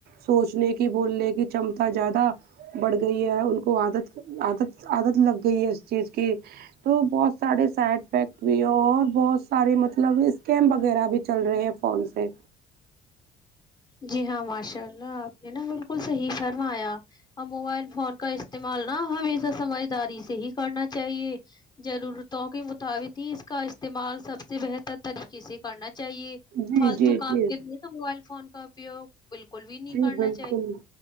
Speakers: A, on the right; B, on the left.
A: سوچنے کی بولنے کی چمتا زیادہ بڑھ گئی ہے ان کو عادت عادت عادت لگ گئی ہے اس چیز کی تو بہت سارے سائڈ افیکٹ بھی ہے اور بہت سارے مطلب اسکیم وغیرہ بھی چل رہے ہے فون سے
B: جی ہاں ماشاء اللہ آپ نے نا بالکل صحیح فرمایا موبائل فون کا استعمال نا ہمیشہ سمجھداری سے ہی کرنا چاہیے ضرورتوں کے مطابق ہی اس کا استعمال سب سے بہتر طریقے سے کرنا چاہیے
A: جی
B: فالتو
A: جی
B: کام
A: جی
B: کے لیے تو موبائل فون کا اپیوگ بالکل بھی نہیں
A: جی
B: کرنا
A: بالکل
B: چاہیے